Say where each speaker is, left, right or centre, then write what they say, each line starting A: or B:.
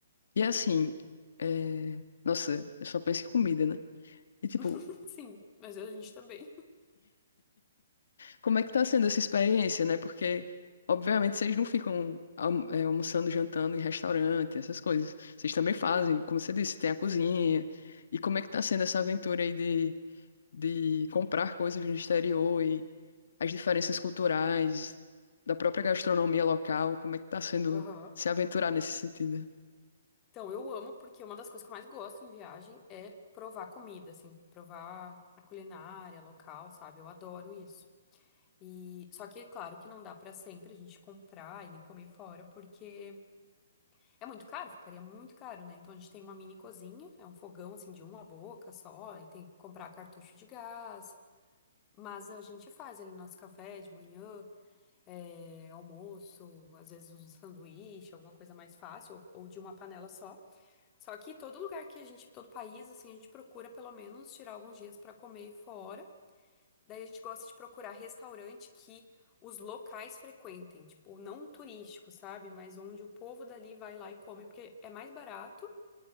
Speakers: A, on the left (about 65°); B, on the left (about 15°).
A: E assim, é, nossa, eu só penso em comida, né? E tipo,
B: <laughs> Sim, mas a gente também.
A: como é que tá sendo essa experiência, né? Porque, obviamente, vocês não ficam alm- é, almoçando, jantando em restaurante, essas coisas. Vocês também fazem,
B: Não,
A: como você disse, tem a cozinha.
B: sim.
A: E como é que tá sendo essa aventura aí de, de comprar coisas no exterior as diferenças culturais, da própria gastronomia local, como é que tá sendo
B: Aham.
A: se aventurar nesse sentido?
B: Então, eu amo porque uma das coisas que eu mais gosto em viagem é provar comida, assim, provar a culinária local, sabe? Eu adoro isso. E só que, claro, que não dá pra sempre a gente comprar e nem comer fora, porque é muito caro, ficaria muito caro, né? Então a gente tem uma mini cozinha, é um fogão assim de uma boca só, e tem que comprar cartucho de gás. Mas a gente faz ali nosso café de manhã, é, almoço, às vezes um sanduíche, alguma coisa mais fácil, ou ou de uma panela só. Só que todo lugar que a gente, todo país, assim, a gente procura pelo menos tirar alguns dias para comer fora. Daí a gente gosta de procurar restaurante que os locais frequentem, tipo, não turístico, sabe? Mas onde o povo dali vai lá e come, porque é mais barato